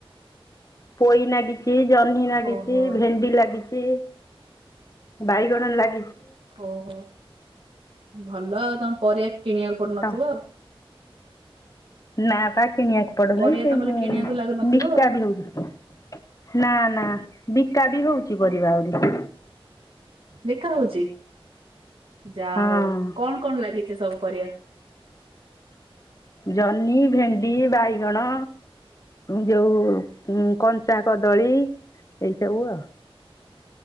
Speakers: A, on the left (about 35°); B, on the right (about 65°).
A: ପୋଇ ନାଗିଚି ଜହ୍ନି ନାଗିଚି
B: ଓହୋ
A: ଭେଣ୍ଡି ଲାଗି ଚି ବାଇଗଣ ଲାଗି
B: ଓହୋ ଭଲ ଆଉ ତମେ ପରିବା କିଣିବାକୁ ପଡୁନଥିବ
A: ତ
B: ଆଉ।
A: ନା ପା କିଣିଆକୁ ପଡୁନି
B: ପରିବା
A: ସେ
B: ତମର
A: ଉଁ
B: କିଣିବାକୁ ଲାଗୁନଥିବ
A: ବିକା
B: ଆଉ
A: ବି ହଉଚି। ନା ନା ବିକା ବି ହଉଚି ପରିବା ଆଉରି।
B: ବିକା ହଉଚି ଯା
A: ହଁ
B: ହଉ କଣ କଣ ଲାଗିଚି ସବୁ ପରିବା?
A: ଜହ୍ନି ଭେଣ୍ଡି ବାଇଗଣ ଯଉ କଞ୍ଚା କଦଳୀ ଏଇ ସବୁ ଆଉ।